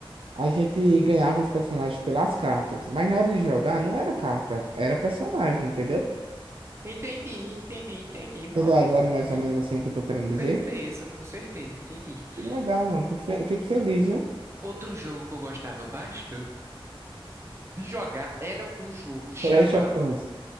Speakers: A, on the right; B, on the right.
A: a gente ganhava os personagens pelas cartas, mas na hora de jogar não era carta, era personagem, entendeu?
B: Entendi, entendi, entendi, meu
A: Entendeu
B: amigo.
A: agora mais
B: Hum,
A: ou menos assim o que eu tô
B: Com
A: querendo dizer?
B: certeza, com certeza, entendi.
A: Que legal, mano. Tô fe-
B: Ou-
A: Fico feliz, viu?
B: Outro jogo que eu gostava bastante de jogar era o jogo chamado
A: Clash of Clans.